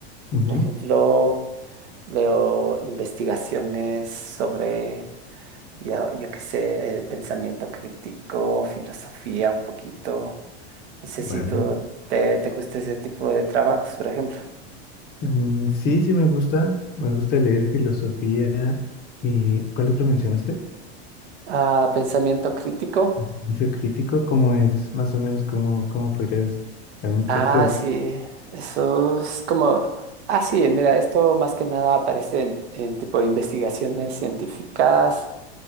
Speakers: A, on the left (about 30°); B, on the right (about 75°).
A: Ujú,
B: Por ejemplo, leo investigaciones sobre, ya, yo qué sé, eh, pensamiento crítico, filosofía un poquito. No sé si
A: Vale.
B: tú te, te gusta ese tipo de trabajos, por ejemplo.
A: Mm, sí, sí me gusta. Me gusta leer filosofía. ¿Y cuál otro mencionaste?
B: Ah, pensamiento crítico.
A: El Silencio crítico, ¿cómo es? Más o menos, ¿cómo, cómo podrías dar un
B: Ah,
A: texto de...
B: sí, eso es como... Ah, sí, mira, esto más que nada aparece en, en tipo de investigaciones científicas.